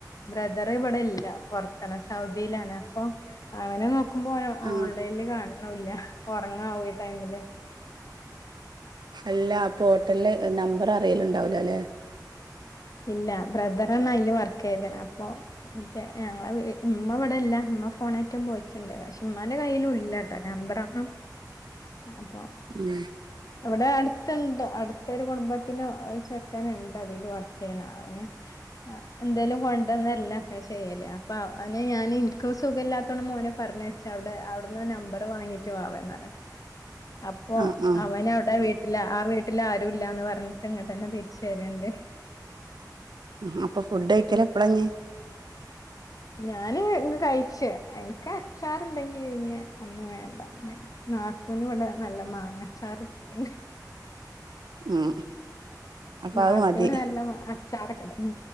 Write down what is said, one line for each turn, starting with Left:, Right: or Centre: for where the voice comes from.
Left: ബ്രദ ദർ ഇവിടെ ഇല്ല. പുറത്താണ് സൗദിയിലാണ് അപ്പം അവനെ നോ ക്കുംമ്പോ ഓനെ
Right: ആഹ്
Left: ഓൺലൈനിൽ കാണ ണൂല്ല ഉറങ്ങാവു ഈ ടൈമില്.
Right: അല്ല അപ്പോ ഹോട്ടൽല് നമ്പർ അറിയല്ണ്ടാവുല ലേ.
Left: ഇല്ല ബ്രദ റ് ന്നാ അയ്ല് വർക്ക് ചെയ്ത്ണ്. അപ്പൊ ഇൻ്റെ ഞങ്ങളെ ഇമ്മ ഇവിടെല്ല. ഉമ്മ ഫോണറ്റം പോയിറ്റ്ണ്ട്. പക്ഷെ ഉമ്മാന്റെ കയ്യിലൂല്ലാട്ടോ നമ്പറൊന്നും. അപ്പം
Right: ഉം
Left: അവിടെ അടുത്ത്ണ്ട്. അടുത്ത ഒരു കുടുംബത്തില് ഒരു ചെക്കൻ ഇണ്ട്. അതിൽ വർക്ക് ചെയ്യണ അവന് എന്തേലും കൊണ്ടന്നരലൊക്കെ ചെയ്യല് അപ്പൊ അവന് ഞാന് ഇൻക്ക് സുഖ ഇല്ലാത്തോണ്ട് മോനെ പറഞ്ഞയച്ചവ്ടെ അവിട്ന്ന് നമ്പർ വാങ്ങീട്ട് വാവേംന്ന് പറഞ്ഞിട്ട് അപ്പൊ
Right: ആഹ് ആഹ്
Left: അവന അവിടെ വീട്ടില് ആ വീട്ടിൽ ആരു ഇല്ലന്ന് പറഞ്ഞിട്ട് ഇങ്ങോട്ട്ന്നെ തിരിച്ച് വരണ്ട്
Right: ആ ഇപ്പൊ ഫുഡ് കഴിക്കല
Left: അപ്പൊ
Right: എപ്പളാഞ്ഞേ
Left: ഞാന് കഴിച്ച് എനിക്ക് അച്ചാറണ്ടെങ്കി പിന്നെ ഒന്നും വേണ്ട നാത്തുന് ഇവിടെ നല്ല മാങ്ങച്ചാർ ഇട്ടിട്ടുണ്ട്
Right: ഉം അപ്പൊ
Left: നാത്തൂന
Right: അത് മതി
Left: നല്ല- അച്ചാറക്കെട ഉ